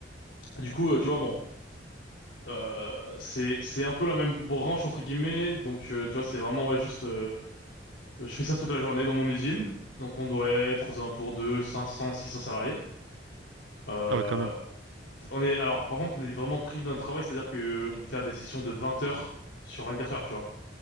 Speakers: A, on the left; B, on the right.
A: du coup, euh, tu vois, bon, euh, c'est, c'est un peu la même branche, entre guillemets, donc, euh, tu vois, c'est vraiment, ouais, juste, euh, je fais ça toute la journée dans mon usine, donc on doit être aux alentours de 500, 600 salariés. Euh,
B: Ah ouais, quand même.
A: on est, alors, par contre, on est vraiment pris d'un travail, c'est-à-dire que on peut faire des sessions de 20 heures sur 24 heures, tu vois.